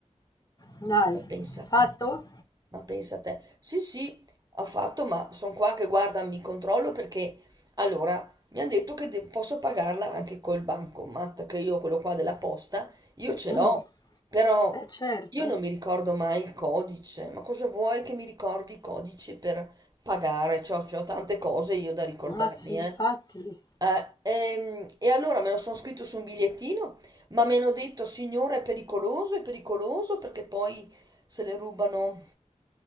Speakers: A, on the left; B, on the right.
A: dai.
B: Ma pensate,
A: Fatto?
B: ma pensate, sì, sì, ho fatto, ma sono qua che guarda, mi controllo perché allora mi hanno detto che de- posso pagarla anche col bancomat, che io quello qua della posta, io ce l'ho,
A: Mh,
B: però
A: eh certo.
B: io non mi ricordo mai il codice. Ma cosa vuoi che mi ricordi i codici per pagare? C'ho, c'ho tante cose io da ricordarmi,
A: Ma sì, infatti
B: eh. Eh, ehm, e allora me lo sono scritto su un bigliettino, ma mi hanno detto, signore, è pericoloso, è pericoloso perché poi se le rubano